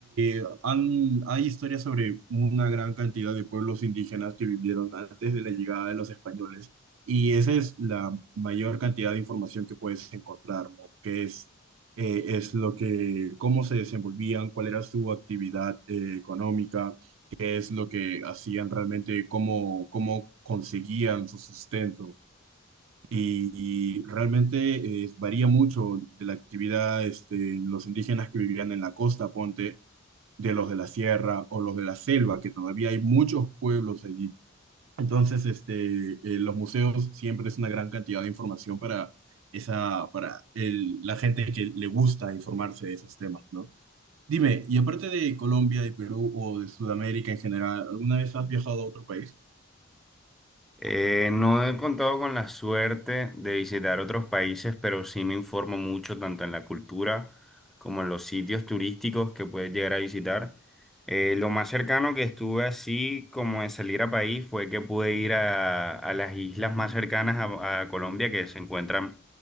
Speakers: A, on the right; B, in the centre.
A: eh, han- hay historias sobre una gran cantidad de pueblos indígenas que vivieron antes de la llegada de los españoles y esa es la mayor cantidad de información que puedes encontrar, ¿no? Que es, eh, es lo que, cómo se desenvolvían, cuál era su actividad eh, económica, es lo que hacían realmente, cómo, cómo conseguían su sustento y, realmente eh, varía mucho de la actividad, este, los indígenas que vivían en la costa, ponte, de los de la sierra o los de la selva, que todavía hay muchos pueblos allí. Entonces, este, eh, los museos siempre es una gran cantidad de información para, esa, para el- la gente que le gusta informarse de esos temas, ¿no? Dime, y aparte de Colombia, de Perú o de Sudamérica en general, ¿alguna vez has viajado a otro país?
B: Eh, no he contado con la suerte de visitar otros países, pero sí me informo mucho tanto en la cultura como en los sitios turísticos que puedes llegar a visitar. Eh, lo más cercano que estuve así como de salir a país fue que pude ir a, a las islas más cercanas a, a Colombia que se encuentran